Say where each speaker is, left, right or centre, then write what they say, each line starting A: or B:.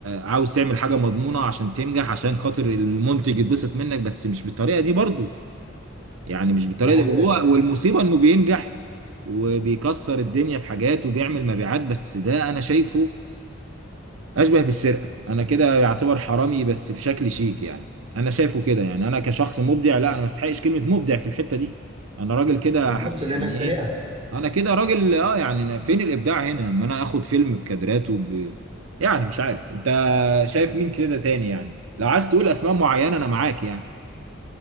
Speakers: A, on the right (about 80°); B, on the right (about 25°).
A: عاوز تعمل حاجه مضمونه عشان تنجح عشان خاطر المنتج يتبسط منك بس مش بالطريقه دي برضو يعني مش بالطريقه
B: دي حقيقة
A: دي وهو والمصيبه انه بينجح وبيكسر الدنيا في حاجات وبيعمل مبيعات بس ده انا شايفه اشبه بالسرقه انا كده يعتبر حرامي بس بشكل شيك يعني انا شايفه كده يعني انا كشخص مبدع لا انا ما استحقش كلمه مبدع في الحته دي انا راجل كده
B: بالظبط
A: ح-
B: لانك
A: يعني
B: سرقها
A: ايه انا كده راجل اه يعني أنا فين الابداع هنا اما انا اخد فيلم بكادراته ب... يعني مش عارف انت شايف مين كده تاني يعني لو عايز تقول اسماء معينه انا معاك يعني